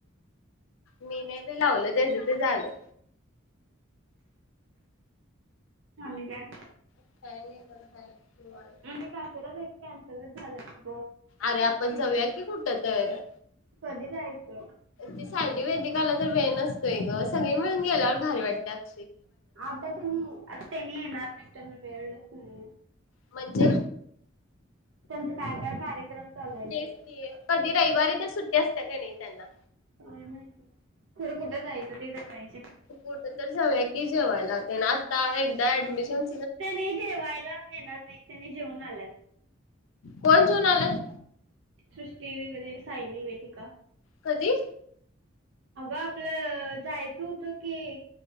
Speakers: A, on the left; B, on the right.
A: मी नाही ब्य लावलं त्याचे ते आले.
B: ह नि काय?
A: काय नाही बर हाय. निवांत
B: आणि क्याफेला जाय कॅन्सलच झालं.
A: अरे आपण जाऊयात की कुठं तर?
B: कधी जायच?
A: ती साांदि वैदिकाला तर वेळ नसतोय ग सगळी मिळून गेल्यावर भारी वाटत्यात.
B: आता त्यांनी आता त्यानी येणार नाही. त्यांना वेळलंच नाही.
A: म्हणजे?
B: त्यांचा काय काय कार्यक्रम चालूयेत
A: तेच
B: बाई?
A: की कधी रविवारी तर सुट्टी असत्या का नाही त्यांना
B: होय नी खर कुठं जायचं ते तर माहिती
A: कुठं तर जाऊया क ती जेवायला त्याने आता एकदा डमिशन
B: त्याने जेवायला येणार नाही त्याने जेऊन आल्यात.
A: कोण जऊन आलं?
B: सृष्टी वगैरे सायली वेदिका.
A: कधी?
B: अग आपलं जायचं होतं. एक.